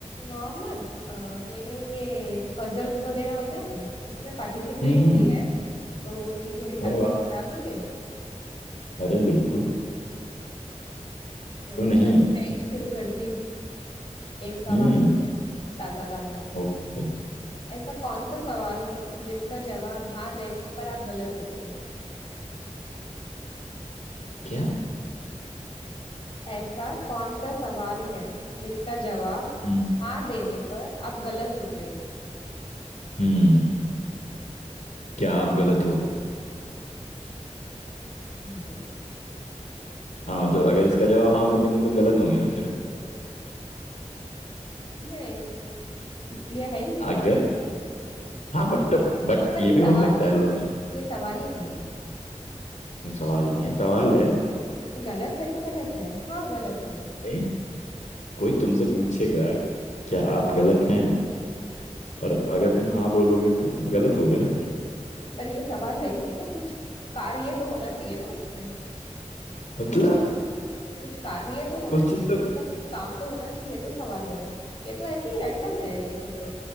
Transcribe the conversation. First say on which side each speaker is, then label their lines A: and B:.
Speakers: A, on the left (about 45°); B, on the left (about 75°).
A: मोहम्मद अ, मैंने ये पजल्स वगैरह होते हैं ना उसमें पार्टिसिपेट
B: हम्म हम्म,
A: किया है तो मेरी थोड़ी प्रैक्टिस
B: अरे वाह
A: करा दोगे
B: अरे बिल्कुल
A: तो
B: क्यों नहीं
A: चलो मैं ही शुरू करती हूँ एक सवाल
B: हम्म
A: हो जाए ताजा ताजा
B: ओके
A: ऐसा कौन सा सवाल है जिसका जवाब हाँ देने पर आप गलत होते हो
B: क्या
A: ऐसा कौन सा सवाल है जिसका जवाब
B: हम्म
A: हाँ देने पर आप गलत होते हो
B: हम्म क्या आप गलत हो
A: नहीं
B: हाँ मतलब अगर इसका जवाब हाँ में देंगे तो गलत होंगे ना फिर
A: नहीं इस- ये है ही नहीं लेकिन
B: अगर हाँ बट बट
A: पर
B: ये
A: ये
B: भी
A: सवाल
B: हो सकता
A: है ही
B: है
A: नहीं
B: लॉजिक
A: ना ये सवाल ही नहीं है
B: क्यों सवाल नहीं है सवाल है
A: गलत है तो गलत है हाँ गलत है
B: नहीं कोई तुमसे पूछेगा क्या आप गलत हैं और अगर तुम हाँ बोलोगे तो तुम गलत होगे ना फिर
A: पर ये सवाल है ही नहीं ना कुछ कार्य तो होना चाहिए ना उसमें
B: मतलब
A: कुछ कार्य तो होना
B: क्वेश्चन
A: चाहिए ना
B: तो
A: मतलब कुछ काम तो होना चाहिए तो सवाल बनेगा ये तो ऐसे ही रैंडम है ऐसे तो